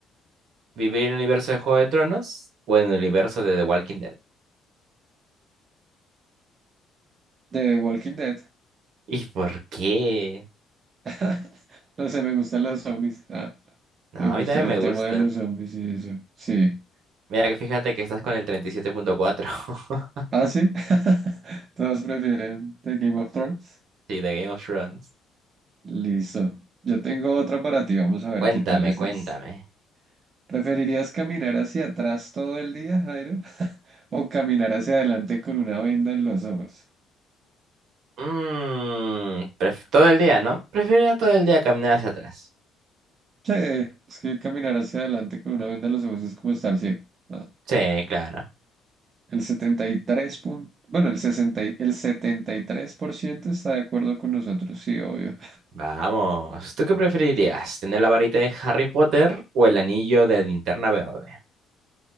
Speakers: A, on the right; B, on the right.
A: ¿Vivir en el universo de Juego de Tronos o en el universo de The Walking Dead?
B: de The Walking Dead.
A: ¿Y por qué?
B: <laughs> No sé, me gustan los zombies. Ah,
A: No,
B: me gusta
A: a mí también
B: el
A: me gustan.
B: tema de los zombies y eso. Sí.
A: Mira, que fíjate que estás con el 37.4. <laughs>
B: Ah, sí. <laughs> Todos prefieren The Game of Thrones.
A: Sí, de Game of Thrones.
B: Listo. Yo tengo otra para ti. Vamos a ver
A: Cuéntame,
B: qué tal es
A: cuéntame.
B: esta. ¿Preferirías caminar hacia atrás todo el día, Jairo? <laughs> ¿O caminar hacia adelante con una venda en los ojos?
A: Mm, todo el día, ¿no? Preferiría todo el día caminar hacia atrás.
B: Che, es que caminar hacia adelante con una venda en los ojos es como estar ciego. ¿no?
A: Sí, claro.
B: El 73 punto, bueno, el 60 y- el setenta y tres por ciento está de acuerdo con nosotros, sí, obvio.
A: Vamos. ¿Tú qué preferirías? ¿Tener la varita de Harry Potter o el anillo de linterna verde?